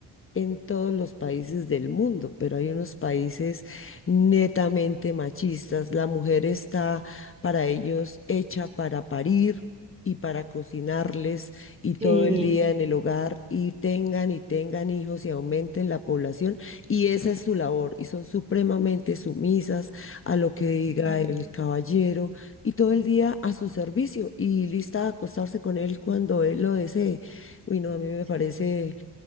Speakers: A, on the left; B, on the right.
A: en todos los países del mundo, pero hay unos países netamente machistas. La mujer está para ellos hecha para parir y para cocinarles y todo
B: Sí.
A: el día en el hogar y tengan y tengan hijos y aumenten la población y esa es su labor y son supremamente sumisas a lo que diga
B: Mm,
A: el caballero y todo el día a su servicio y lista a acostarse con él cuando él lo desee. Uy, no, a mí me
B: sí.
A: parece